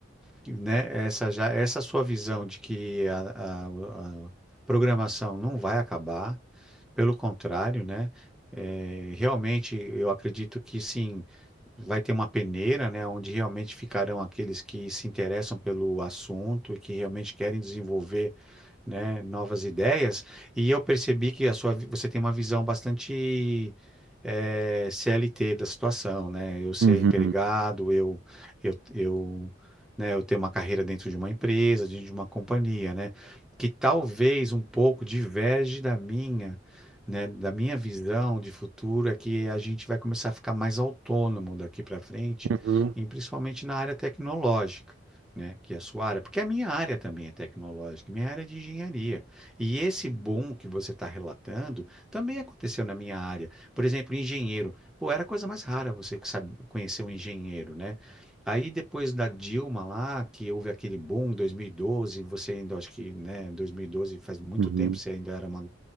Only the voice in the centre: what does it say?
que, né? Essa já, essa sua visão de que a, a- a programação não vai acabar, pelo contrário, né? É, realmente eu acredito que sim. Vai ter uma peneira, né, onde realmente ficarão aqueles que se interessam pelo assunto e que realmente querem desenvolver, né, novas ideias. E eu percebi que a sua, vi- você tem uma visão bastante eh, CLT da situação, né? Eu ser
empregado, eu, eu, eu, né, eu ter uma carreira dentro de uma empresa, dentro de uma companhia, né? Que talvez um pouco diverge da minha né, da minha visão de futuro é que a gente vai começar a ficar mais autônomo daqui para frente,
e principalmente na área tecnológica, né, que é a sua área, porque a minha área também é tecnológica, minha área é de engenharia. E esse boom que você está relatando também aconteceu na minha área. Por exemplo, engenheiro. Pô, era a coisa mais rara você que sabe conhecer um engenheiro, né? Aí depois da Dilma lá, que houve aquele boom em 2012, você ainda, acho que, né, 2012 faz muito
tempo, você ainda era uma